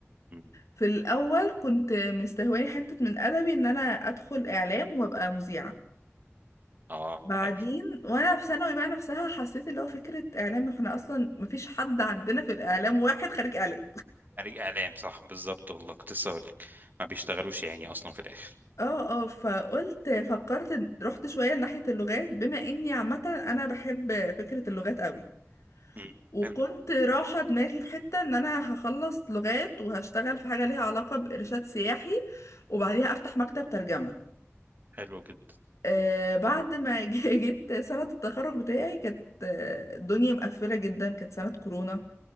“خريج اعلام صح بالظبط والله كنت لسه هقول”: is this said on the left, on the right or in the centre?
Right